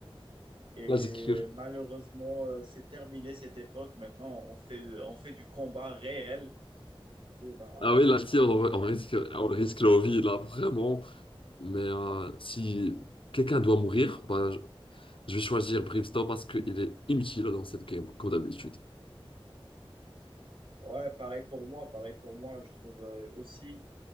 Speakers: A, on the right; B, on the left.
A: Et
B: Là, j'ai cru.
A: malheureusement, euh, c'est terminé cette époque. Maintenant, on fait, on fait du combat réel. Du coup, bah,
B: Ah oui, là, si, on,
A: bah, ouais.
B: on risque, on risque la vie, là, vraiment. Mais euh, si quelqu'un doit mourir, bah, je, je vais choisir Brimstone parce qu'il est inutile dans cette game, comme d'habitude.
A: Ouais, pareil pour moi, pareil pour moi. Je trouve euh, aussi